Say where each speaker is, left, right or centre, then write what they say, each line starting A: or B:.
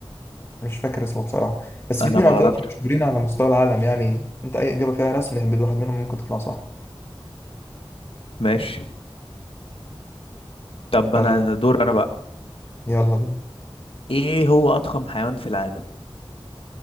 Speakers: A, on the left (about 25°); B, on the left (about 75°).
A: مش فاكر اسمه بصراحه بس
B: انا
A: في اتنين
B: ما
A: او تلاته
B: اعرفش
A: مشهورين على مستوى العالم يعني انت اي اجابه فيها رسم اهبد واحد منهم ممكن تطلع صح
B: ماشي طب
A: يلا
B: انا دور انا بقى
A: يلا بينا
B: ايه هو اضخم حيوان في العالم